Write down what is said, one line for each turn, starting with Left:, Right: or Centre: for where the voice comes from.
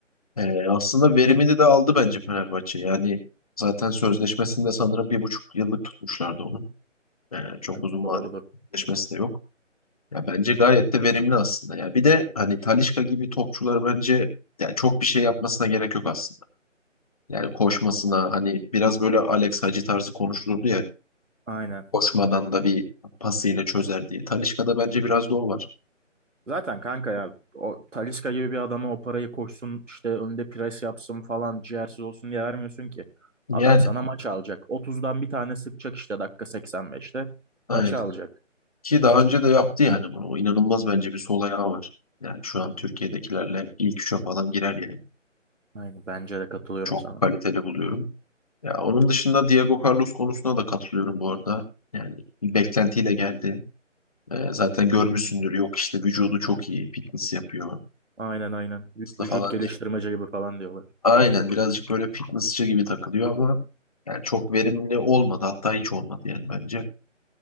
Left: Ee, aslında verimini de aldı bence Fenerbahçe. Yani zaten sözleşmesinde sanırım bir buçuk yıllık tutmuşlardı onu. Ee, çok
Right: Ben-
Left: uzun
Right: Doğrudur.
Left: vadeli sözleşmesi de yok. Ya bence gayet de verimli aslında. Ya bir de hani Talisca gibi topçular bence ya çok bir şey yapmasına gerek yok aslında. Yani koşmasına hani biraz böyle Alex Hacı tarzı konuşulurdu ya
Right: Aynen.
Left: Koşmadan da bir pasıyla çözer diye. Talisca'da bence biraz da o var.
Right: Zaten kanka ya o Talisca gibi bir adama o parayı koşsun işte önde pres yapsın falan ciğersiz olsun diye vermiyorsun ki.
Left: Yani
Right: Adam sana maç alacak. 30'dan bir tane sıkacak işte dakika 85'te.
Left: aynen.
Right: Maçı alacak.
Left: Ki daha önce de yaptı yani bunu. O İnanılmaz bence bir sol ayağı var. Yani şu an Türkiye'dekilerle ilk üçe falan girer yani.
Right: Aynen bence de katılıyorum
Left: Çok
Right: sana.
Left: kaliteli buluyorum. Ya onun dışında Diego Carlos konusuna da katılıyorum bu arada. Yani bir beklentiyle geldi. Ee, zaten görmüşsündür. Yok işte vücudu çok iyi. Fitness yapıyor.
Right: Aynen aynen. Vü-
Left: Hızlı
Right: Vücut
Left: falan
Right: geliştirmece
Left: diye.
Right: gibi falan diyorlar.
Left: Aynen birazcık böyle fitnessçi gibi takılıyor ama yani çok verimli olmadı. Hatta hiç olmadı yani bence.